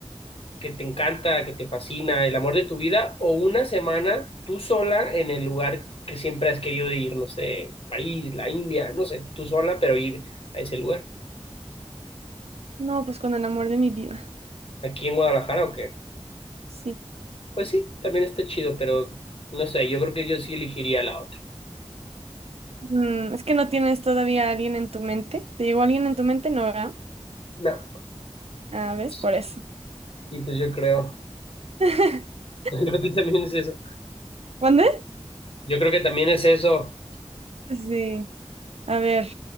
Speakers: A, on the left; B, on the right.
A: que te encanta, que te fascina, el amor de tu vida, o una semana tú sola en el lugar que siempre has querido ir, no sé, París, la India, no sé, tú sola, pero ir a ese lugar.
B: No, pues con el amor de mi vida.
A: ¿Aquí en Guadalajara o qué?
B: Sí.
A: Pues sí, también está chido, pero no sé, yo creo que yo sí elegiría la otra.
B: Mm, es que no tienes todavía a alguien en tu mente. ¿Te llegó alguien en tu mente? No, ¿verdad?
A: No,
B: Ah, ¿ves?
A: pues,
B: Por eso.
A: y pues yo creo,
B: <laughs>
A: <laughs> yo creo que también es eso.
B: ¿Cuándo?
A: Yo creo que también es eso.
B: Sí. A ver,